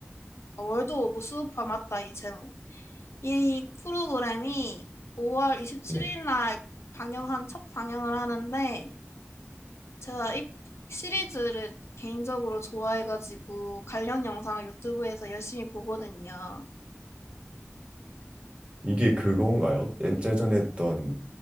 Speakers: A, on the left (about 75°); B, on the right (about 25°).
A: 어, 월드 오브 수우파 맞다, 이 제목. 이 프로그램이 5월 27일
B: 네.
A: 날 방영한, 첫 방영을 하는데 제가 이 시리즈를 개인적으로 좋아해가지고 관련 영상을 유튜브에서 열심히 보거든요.
B: 이게 그건가요? 예- 예전에 했던